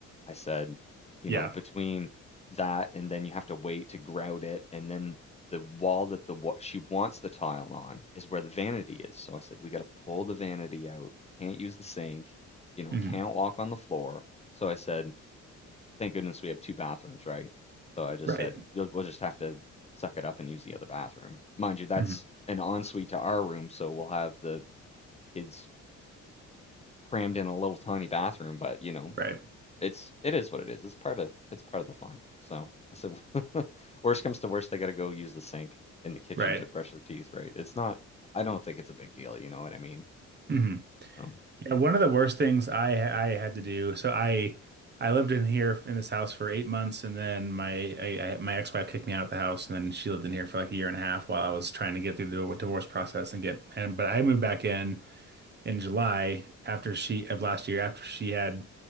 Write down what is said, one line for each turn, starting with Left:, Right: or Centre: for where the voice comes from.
Left: I said, you
Right: yeah.
Left: know, between that and then you have to wait to grout it. And then the wall that the she wants the tile on is where the vanity is. So I said, we got to pull the vanity out. Can't use the sink, you know,
Right: hmm
Left: can't walk on the floor. So I said, thank goodness we have two bathrooms, right? So I just
Right: Right.
Left: said, you'll, we'll just have to suck it up and use the other bathroom. Mind you, that's
Right: hmm
Left: an ensuite to our room, so we'll have the kids crammed in a little tiny bathroom, but you know,
Right: Right.
Left: it's it is what it is. It's part of it's part of the fun. So I said, <laughs> worst comes to worst, they got to go use the sink in the kitchen
Right: Right.
Left: to brush their teeth, right? It's not. I don't think it's a big deal. You know what I mean?
Right: hmm
Left: So,
Right: Yeah, one of the worst things I ha- I had to do. So I I lived in here in this house for eight months, and then my I, I, my ex-wife kicked me out of the house, and then she lived in here for like a year and a half while I was trying to get through the divorce process and get and but I moved back in in July after she of last year after she had